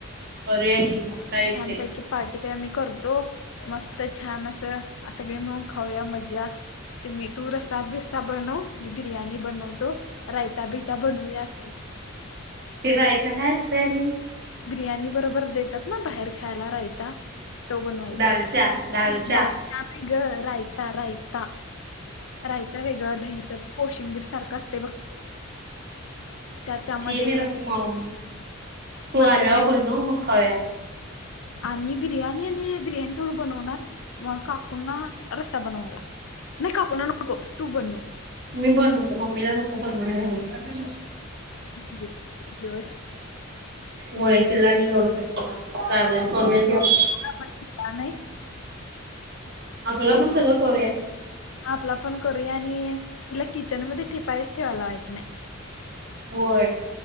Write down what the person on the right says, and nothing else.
करूया की मग. काय विषय
नाही.
ते रायता काय असतयनी?
दालच्या दालच्या
ती <unintelligible> मी रकू मा तू
आल्यावर
बनव मग खाव्या.
मी बनवतो मम्मीला नको बनवायला लावू.
होय तिलानी लोड कशाला चालेल करूया की आपन.
आपल आपण सगळं करूया.
होय.